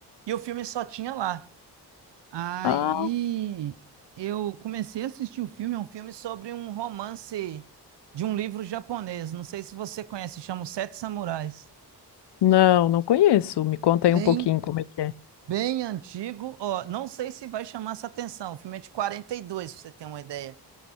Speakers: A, on the right (about 85°); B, on the left (about 75°).
A: e o filme só tinha lá. Aí
B: Ah,
A: eu comecei a assistir o filme, é um filme sobre um romance de um livro japonês. Não sei se você conhece, chama Os Sete Samurais.
B: não, não conheço. Me conta aí
A: Bem
B: um pouquinho como é que é.
A: Bem antigo, ó, não sei se vai chamar essa atenção. O filme é de 42, pra você ter uma ideia.